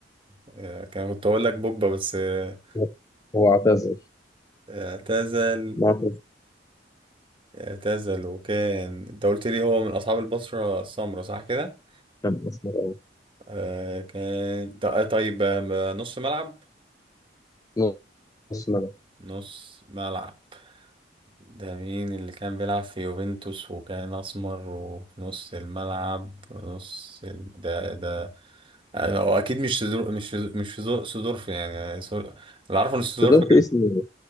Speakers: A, on the right; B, on the left.
A: آه، كان كنت اقول لك بوجبا بس آه،
B: هو هو اعتزل
A: آه، اعتزل
B: معتزل
A: اعتزل وكان انت قلت لي هو من اصحاب البصرة السمراء صح كده
B: كان أسمر
A: آه، كان ط- آه، طيب آه، نص ملعب
B: أه نص ملعب
A: نص ملعب ده مين اللي كان بيلعب في يوفنتوس وكان اسمر وفي نص الملعب نص ال... ده ده أنا- هو اكيد مش سدور... مش مش في زو- سدورف يعني سور- اللي عارفه ان سدورف
B: بس دول
A: كان
B: في اسم